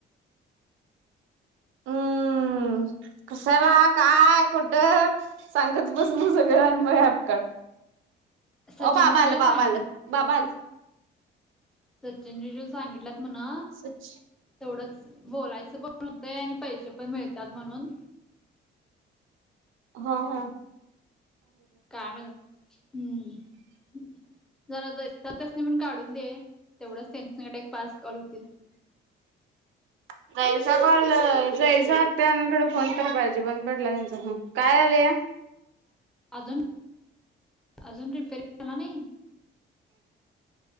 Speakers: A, on the right (about 80°); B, in the centre.
A: हम्म, कशाला, काय, कुठं सांगत बस म सगळ न मग ऍप काढ
B: सचिन
A: बाबा
B: जीजू
A: आलं बाबा
B: सांगितलं
A: आलं. बाबा आलं.
B: सचिन जीजून सांगितल्यात म्हणा
A: सची
B: तेवढंच बोलायचं पण होतंय आणि पैसे पण मिळतात म्हणून
A: हा हा.
B: काय माहित, हम्म जरा जेत्यसनी म्हणून काढून दे. तेवढंच त्यांच्या कडे एक पाच कॉल होतील.
A: <inaudible> जायचा कॉल जायचा त्यांकडे फोन तर पाहिजे बंद पडला त्यांचा फोन, काय आलया?
B: अजून, अजून रिपेअर केला नाही?